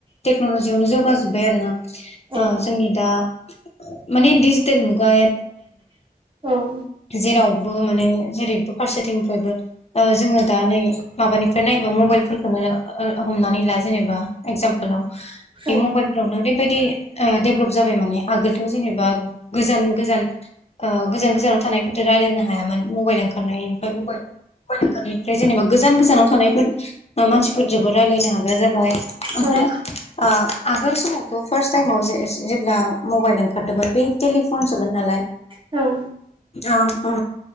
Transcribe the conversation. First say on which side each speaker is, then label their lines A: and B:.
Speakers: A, on the left; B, on the right.
A: टेक्नलजियावनो जौगाजोबबाय आरो ना
B: औ
A: ओ जोंनि दा माने डिजिटेल मुगा
B: औ
A: जेरावबो माने जेरैबो फारसेथिंनिफ्रायबो ओ जोङो दा नै माबानिफ्राय नायोबा मबाइलफोरखोनो ओ हमनानै ला जेनेबा एकजामपोलाव बे
B: औ
A: मबाइलफ्रावनो ओरैबायदि ओ दडेभलप जाबाय माने आगोलथ जेनेबा गोजान गोजान ओ गोजान गोजानाव थानायफोरजों रायलायनो हायामोन मबाइल ओंखारनाय ओमफ्राय मबाइल फ्राय जेनेबा गोजान गोजानाव थानायफोर मानसिफोरजोंबो रायलायनो हाग्रा जाबाय ओमफ्राय
B: ओं
A: ओ आगोल समावथ फार्स्ट टाइमाव जे जेब्ला मबाइल ओंखारदोंमोन बे टेलिफनसोमोन नाल
B: औ
A: अ ओ